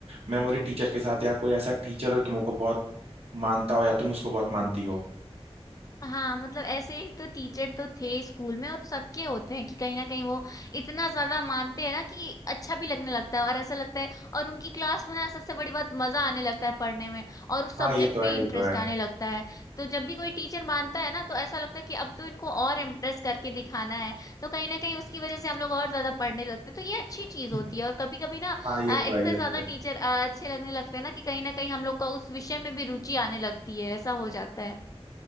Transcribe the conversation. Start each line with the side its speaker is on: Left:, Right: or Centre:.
Right: मेमोरी टीचर के साथ या कोई ऐसा टीचर हो तुमको बहुत मानता हो या तुम उसको बहुत मानती हो
Left: हाँ मतलब ऐसे ही तो टीचर तो थे स्कूल में और सबके होते हैं कि कहीं ना कहीं वो इतना ज्यादा मानते हैं ना कि अच्छा भी लगने लगता है और ऐसा लगता है और उनकी क्लास में ना सबसे बड़ी बात मजा आने लगता है पढ़ने में और उस सब्जेक्ट
Right: हाँ ये तो
Left: में
Right: है
Left: इंटरेस्ट
Right: ये तो है
Left: आने लगता है तो जब भी कोई टीचर मानता है ना तो ऐसा लगता है कि अब तो इनको और इम्प्रेस करके दिखाना है तो कहीं ना कहीं उसकी वजह से हम लोग और ज्यादा पढ़ने लगते हैं तो ये अच्छी चीज
Right: <laughs>
Left: होती है और कभी कभी ना
Right: हाँ ये
Left: अ,
Right: तो
Left: इतने
Right: है ये तो
Left: ज्यादा
Right: है
Left: टीचर अ, अच्छे लगने लगते हैं ना कि कहीं ना कहीं हम लोग का उस विषय में भी रुचि आने लगती है ऐसा हो जाता है